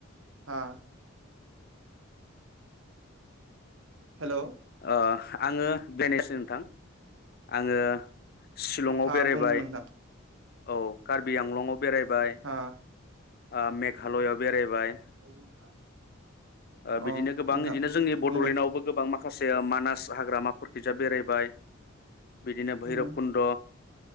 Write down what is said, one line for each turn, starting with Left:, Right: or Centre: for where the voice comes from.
Right: हा हेल'
Left: ओ आङो बेनेस नोंथां आङो सिलंआव
Right: हा
Left: बेरायबाय
Right: बुं नोंथां
Left: औ खार बि आंलंआव बेरायबाय
Right: हा
Left: ओ मेघालयआव बेरायबाय
Right: <inaudible>
Left: ओ बिदिनो
Right: अ
Left: गोबां
Right: नोंथां
Left: बिदिनो जोंनि बड'लेण्डआवबो
Right: बुंबाय
Left: गोबां माख खासे मानास हाग्रामाफोरखैजा बेरायबाय बिदिनो भैरब
Right: उम
Left: कुन्द'